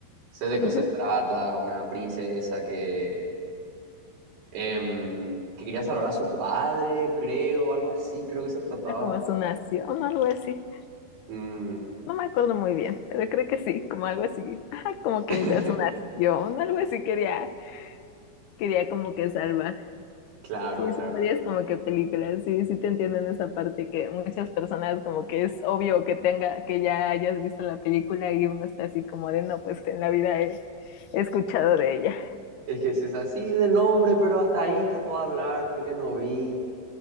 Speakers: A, on the right; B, on the left.
A: Sé de qué
B: ujú.
A: se trata. Una princesa que. em, que quería salvar a su padre, creo, algo así, creo que se trataba.
B: Ajá, como a su nación o algo así.
A: Mm,
B: No me acuerdo muy bien, pero creo que sí, como algo así. Ajá, como que
A: <laughs>
B: de a su nación, algo así quería, quería como que salvar.
A: Claro,
B: Sí,
A: claro.
B: son varias como que películas sí, sí te entiendo en esa parte que muchas personas como que es obvio que tenga, que ya hayas visto la película y uno está así como de no, pues en la vida he, he escuchado de ella.
A: Es que si es así de nombre, pero hasta ahí te puedo hablar porque no vi.